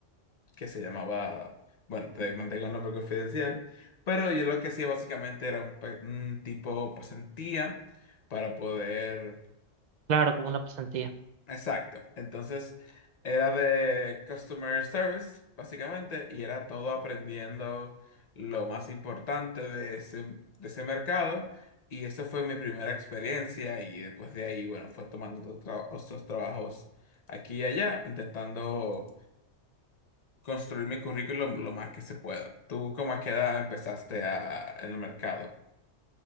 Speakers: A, on the left (about 40°); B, on the right (about 60°).
A: que se llamaba, bueno, te mantengo el nombre confidencial, pero yo lo que hacía básicamente era un, pe- un tipo pasantía para poder,
B: Claro, como una pasantía.
A: exacto, entonces era de customer service, básicamente, y era todo aprendiendo lo más importante de ese, de ese mercado. Y eso fue mi primera experiencia y después de ahí, bueno, fue tomando otro tra- otros trabajos aquí y allá, intentando construir mi currículum lo más que se pueda. ¿Tú cómo a qué edad empezaste a, en el mercado?